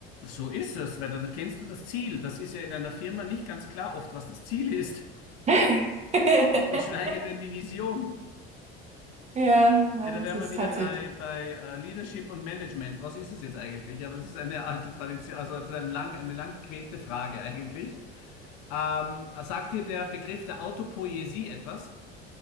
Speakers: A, on the left; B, on the right.
A: So ist es, weil dann kennst du das Ziel. Das ist ja in einer Firma nicht ganz klar oft, was das Ziel ist.
B: <laughs>
A: Geschweige denn die Vision.
B: Ja, nein,
A: Ja, da
B: das
A: wären
B: ist
A: wir wieder
B: tatsächlich.
A: bei, bei äh, Leadership und Management. Was ist es jetzt eigentlich? Ja, Aber das ist eine alte Tradition, also das ist ein lang, eine lang gequälte Frage eigentlich. Ähm, sagt dir der Begriff der Autopoiesie etwas?